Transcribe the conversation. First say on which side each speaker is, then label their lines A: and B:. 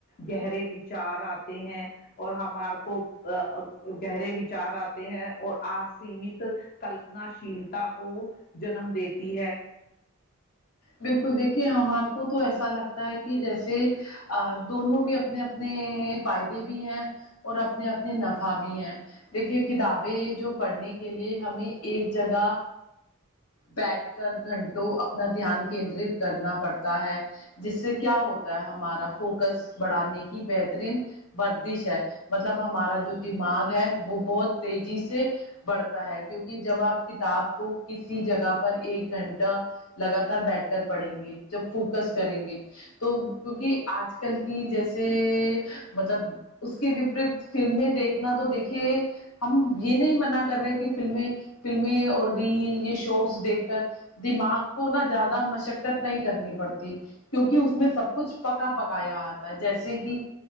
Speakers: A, on the left; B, on the left.
A: گہرے وچار آتے ہیں اور ہمار کو ا گہرے وچار آتے ہیں اور آ سیمت کلپنا شیلتا کو جنم دیتی ہے
B: بالکل دیکھیے ہمار کو تو ایسا لگتا ہے کہ جیسے ا دونوں کے اپنے اپنے فائدے بھی ہیں اور اپنے اپنے نفع بھی ہیں دیکھیے کتابیں جو پڑھنے کے لیے ہمیں ایک جگہ بیٹھ کر گھنٹوں اپنا دھیان کیندرت کرنا پڑتا ہے جس سے کیا ہوتا ہے ہمارا فوکس بڑھانے کی بہترین وردش ہے مطلب ہمارا جو دماغ ہے وہ بہت تیزی سے بڑھتا ہے کیونکہ جب آپ کتاب کو کسی جگہ پر ایک گھنٹا لگاتار بیٹھ کر پڑھیں گے جب فوکس کریں گے تو کیونکہ آج کل کی جیسے مطلب اس کے وپریت فلمیں دیکھنا تو دیکھیے ہم یہ نہیں منع کر رہے کہ فلمیں فلمیں اور ریل یہ شارٹس دیکھ کر دماغ کو نہ زیادہ مش شکت نہیں کرنی پڑتی کیونکہ اس میں سب کچھ پکا پکایا آتا جیسے کہ